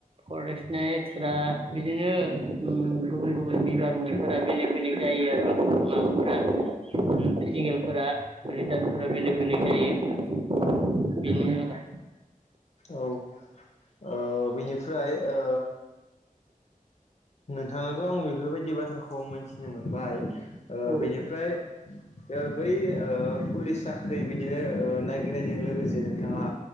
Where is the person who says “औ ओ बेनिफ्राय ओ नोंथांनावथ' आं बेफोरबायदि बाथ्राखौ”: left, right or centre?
Left